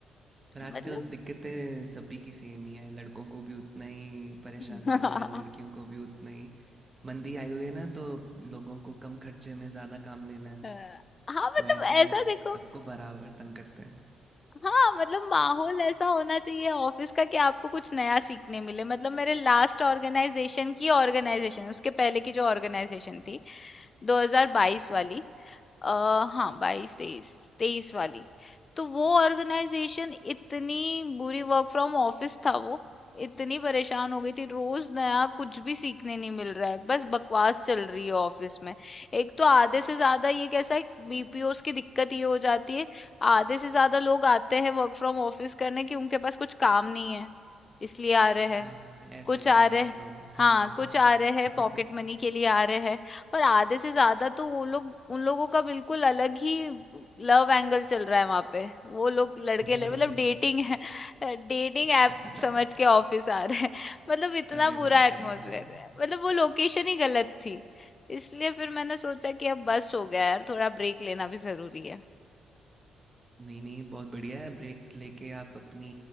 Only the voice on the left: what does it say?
मतलब
<laughs>
अ, हाँ मतलब
ऐसा
देखो
हाँ, मतलब माहौल ऐसा होना चाहिए ऑफिस का कि आपको कुछ नया सीखने मिले मतलब मेरे लास्ट ऑर्गेनाइजेशन की ऑर्गेनाइजेशन उसके पहले की जो ऑर्गेनाइजेशन थी 2022 वाली आ, हाँ बाईस तेईस तेईस वाली तो वो ऑर्गेनाइजेशन इतनी बुरी वर्क फ्रॉम ऑफिस था वो इतनी परेशान हो गई थी रोज नया कुछ भी सीखने नहीं मिल रहा है बस बकवास चल रही है ऑफिस में एक तो आधे से ज्यादा ये कैसा है बीपीओस की दिक्कत ये हो जाती है आधे से ज्यादा लोग आते हैं वर्क फ्रॉम ऑफिस करने कि उनके पास कुछ काम नहीं है इसलिए आ रहे
हैं
कुछ
आ
रहे
हाँ
कुछ
आ रहे हैं
पॉकेट मनी के लिए आ रहे हैं पर आधे से ज्यादा तो वो लोग उन लोगों का बिल्कुल अलग ही लव एंगल चल रहा है वहां पे वो लोग लड़के लड़-
मतलब
डेटिंग है डेटिंग
ऐप समझ के ऑफिस आ रहे हैं मतलब इतना
बुरा
एटमोसफेयर
है मतलब वो लोकेशन ही गलत थी इसलिए फिर मैंने सोचा कि अब बस हो गया यार थोड़ा ब्रेक लेना भी जरूरी है